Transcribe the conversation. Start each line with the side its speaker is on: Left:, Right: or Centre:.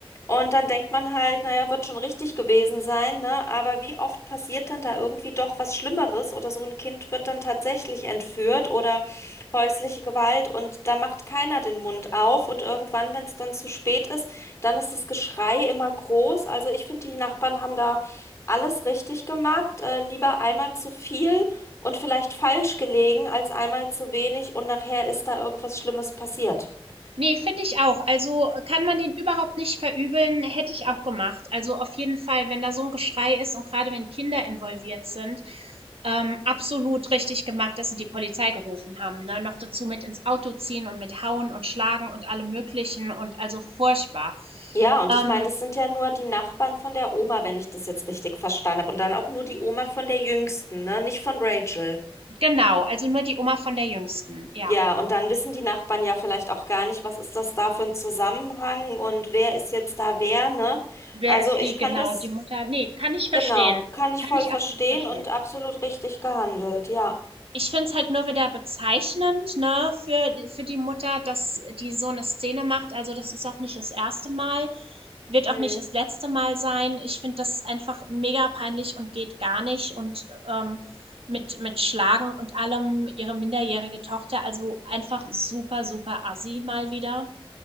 Left: Und dann denkt man halt, naja, wird schon richtig gewesen sein, ne? Aber wie oft passiert dann da irgendwie doch was Schlimmeres oder so ein Kind wird dann tatsächlich entführt oder häusliche Gewalt und da macht keiner den Mund auf und irgendwann, wenn es dann zu spät ist, dann ist das Geschrei immer groß. Also ich finde, die Nachbarn haben da alles richtig gemacht. Äh, lieber einmal zu viel und vielleicht falsch gelegen, als einmal zu wenig und nachher ist da irgendwas Schlimmes passiert.
Right: nee, finde ich auch. Also kann man den überhaupt nicht verübeln, hätte ich auch gemacht. Also auf jeden Fall, wenn da so ein Geschrei ist und gerade wenn Kinder involviert sind, ähm, absolut richtig gemacht, dass sie die Polizei gerufen haben. Ne? Noch dazu mit ins Auto ziehen und mit hauen und schlagen und allem Möglichen und also furchtbar.
Left: Ja, und
Right: Ähm,
Left: ich meine, das sind ja nur die Nachbarn von der Oma, wenn ich das jetzt richtig verstanden habe. Und dann auch nur die Oma von der Jüngsten, ne? Nicht von Rachel.
Right: Genau, also nur die Oma von der Jüngsten, ja.
Left: Ja, und dann wissen die Nachbarn ja vielleicht auch gar nicht, was ist das da für ein Zusammenhang und wer ist jetzt da wer, ne?
Right: Wer
Left: Also
Right: ist
Left: ich
Right: die genau?
Left: kann das
Right: Die Mutter? Ne, kann ich verstehen.
Left: Genau, kann ich
Right: Kann
Left: voll
Right: ich
Left: verstehen
Right: absolut verstehen.
Left: und absolut richtig gehandelt, ja.
Right: Ich finde es halt nur wieder bezeichnend, ne, für für die Mutter, dass die so eine Szene macht. Also, das ist auch nicht das erste Mal, wird
Left: Hm.
Right: auch nicht das letzte Mal sein. Ich finde das einfach mega peinlich und geht gar nicht und, ähm, mit mit Schlagen und allem ihre minderjährige Tochter, also einfach super, super assi mal wieder.